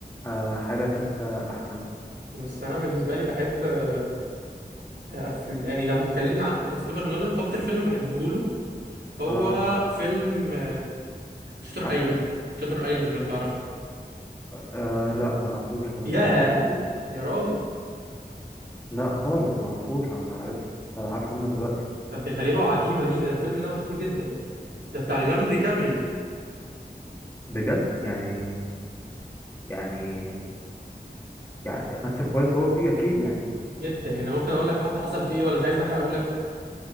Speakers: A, on the left (about 15°); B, on the right (about 85°).
A: آه، حاجة تالتة احسن
B: بس انا بالنسبه لي بحب آه، أفل... يعني لو هتكلمني عن كريستوفر نولان اكتر فيلم بحبه له هو
A: اه
B: فيلم شتر
A: عسل
B: ايلاند
A: اسود؟
B: شتر ايلاند لو تعرفه
A: آه لا معرفوش طب
B: ياه
A: انت تنصحني بيه
B: يا راجل
A: لا خالص معرفوش انا لسه عارفه منك دلوقتي
B: طب دي غريبة وعجيبة دي ده الفيلم ده مشهور جدا ده بتاع ليوناردو دي كابريو
A: بجد يعني يعني يعني بس الكويس هو فيه اكيد يعني
B: جدا يعني ممكن اقول لك حتى حصل فيه ايه ولا مش عايز احرقه لك